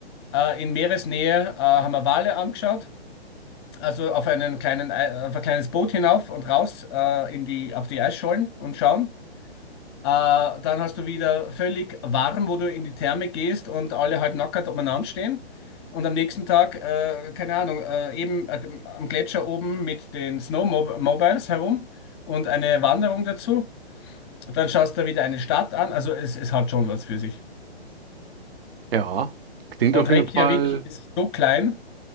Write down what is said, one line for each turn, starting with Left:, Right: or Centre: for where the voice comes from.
Left: Äh, in Meeresnähe äh, haben wir Wale angeschaut, also auf einen kleinen, Ei- auf ein kleines Boot hinauf und raus äh, in die, auf die Eisschollen und schauen. Äh, dann hast du wieder völlig warm, wo du in die Therme gehst und alle halt nackert umeinander stehen. Und am nächsten Tag, äh, keine Ahnung, äh, eben äh, am Gletscher oben mit den Snowmobiles herum und eine Wanderung dazu. Und dann schaust du wieder eine Stadt an. Also es, es hat schon was für sich.
Right: ja. Klingt
Left: Und
Right: auf jeden
Left: Reykjavik
Right: Fall.
Left: ist so klein.